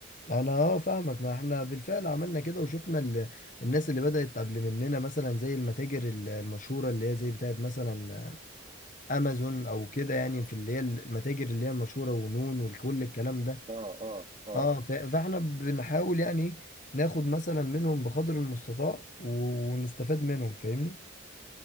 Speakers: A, on the left; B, on the right.
A: انا اه فاهمك ما احنا بالفعل عملنا كده وشفنا ال... الناس اللي بدأت قبل مننا مثلا زي المتاجر ال- المشهورة اللي هي زي بتاعت مثلا امازون او كده يعني في اللي هي المتاجر اللي هي المشهورة ونون وكل الكلام ده
B: اه اه اه
A: اه ف... فاحنا بنحاول يعني إيه ناخد مثلا منهم بقدر المستطاع ونستفاد منهم فاهمني